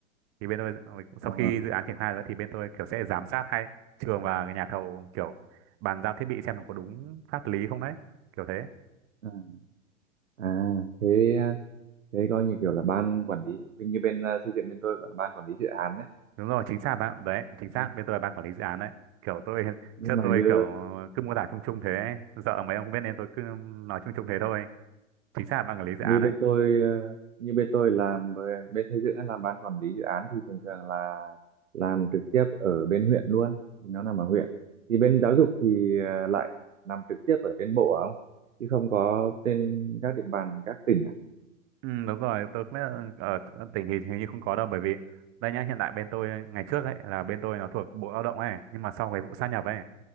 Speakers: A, on the right; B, on the right.
A: thì bên tôi
B: ờ,
A: sau khi dự án triển khai rồi thì bên tôi kiểu sẽ giám sát hai trường và cái nhà thầu kiểu bàn giao thiết bị xem nó có đúng pháp lý không đấy kiểu thế
B: à, à thế thế coi như kiểu là ban quản lý bên như bên ờ, xây dựng bên tôi gọi là ban quản lý dự án đấy
A: đúng rồi chính xác bạn đấy chính xác
B: Ừ.
A: bên tôi là ban quản lý dự án đấy kiểu tôi <laughs>
B: nhưng
A: trước
B: mà
A: tôi
B: như
A: kiểu cứ mô tả chung chung thế ấy. sợ mấy ông không biết nên tôi cứ nói chung chung thế thôi chính xác là ban quản lý dự
B: như
A: án
B: bên
A: đấy
B: tôi ờ, như bên tôi làm về- bên xây dựng ấy, làm ban quản lý dự án thì thường thường là làm trực tiếp ở bên huyện luôn thì nó nằm ở huyện thì bên giáo dục thì ờ, lại nằm trực tiếp ở trên bộ không chứ không có trên các địa bàn các tỉnh à
A: ừ, đúng rồi tôi không biết là ở tỉnh thì hình như không có đâu bởi vì đây nhá hiện tại bên tôi ngày trước ấy là bên tôi nó thuộc bộ lao động ấy nhưng mà sau cái vụ sát nhập ấy